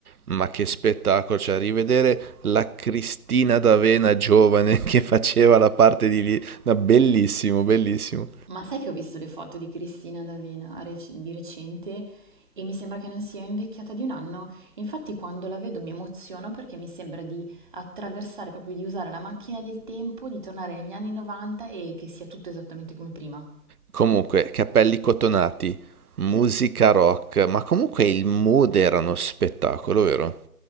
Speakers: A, on the right; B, on the right.
A: Ma che spettacolo, cioè rivedere la Cristina D'Avena giovane <laughs> che faceva la parte di lì, no, bellissimo, bellissimo.
B: Ma sai che ho visto le foto di Cristina D'Avena rec- di recente e mi sembra che non sia invecchiata di un anno. Infatti quando la vedo mi emoziono perché mi sembra di attraversare, proprio di usare la macchina del tempo, di tornare negli anni 90 e che sia tutto esattamente come prima.
A: Comunque, capelli cotonati, musica rock, ma comunque il mood era uno spettacolo, vero?